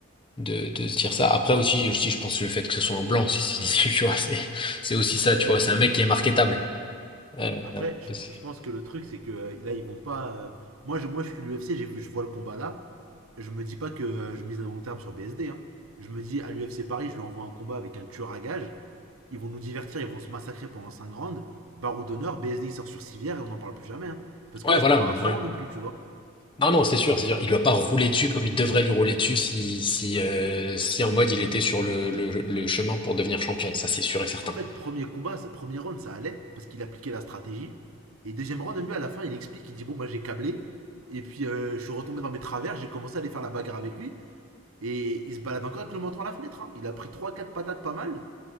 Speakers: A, on the left; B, on the right.
A: de de se dire ça. Après aussi, aussi, je pense le fait que ce soit en blanc, si si <laughs> tu vois, c'est c'est aussi
B: Ouais.
A: ça, tu vois. C'est un mec qui est marketable. Euh,
B: Après, je,
A: parce que-
B: je pense que le truc, c'est que euh, là, ils vont pas. euh, Moi, je, moi, je suis l'UFC, j'ai vu, je vois le combat là. Je me dis pas que euh, je mise à long terme sur BSD. hein. Je me dis à l'UFC Paris, je lui envoie un combat avec un tueur à gage. Ils vont nous divertir, ils vont se massacrer pendant 5 rounds. Barreau d'honneur, BSD il sort sur civière et on n'en parle plus jamais. hein. Parce que
A: Ouais,
B: là,
A: voilà.
B: c'était pas
A: Moi,
B: rassurant non plus, tu vois.
A: Non, non, c'est sûr, c'est sûr. Il doit pas rouler dessus comme il devrait lui rouler dessus si, si,
B: Non,
A: euh,
B: mais-
A: si en mode il était sur le, le, le chemin pour devenir champion. Ça, c'est sûr et certain.
B: En fait, premier combat, premier round, ça allait parce qu'il appliquait la stratégie. Et deuxième round, mieux à la fin, il explique, il dit Bon, bah, j'ai câblé. Et puis, euh, je suis retombé dans mes travers, j'ai commencé à aller faire la bagarre avec lui. Et il se balade encore avec le menton à la fenêtre. hein. Il a pris 3 quatre patates pas mal.